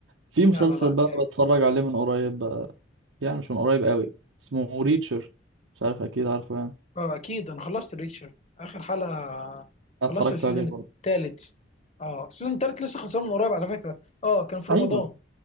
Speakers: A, on the right; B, on the left.
A: في مسلسل
B: لا لا لا
A: بقى
B: جامد
A: أنا بتفرج عليه من قريب بقى يعني مش من قريب قوي اسمه ريتشر مش عارف اكيد عارفه يعني
B: اه اكيد انا خلصت ريتشر اخر حلقة
A: أنا
B: خلصت
A: اتفرجت
B: السيزون
A: عليه برضه
B: التالت اه السيزون التالت لسه خلصان من قريب على فكرة اه كان في
A: ايوه
B: رمضان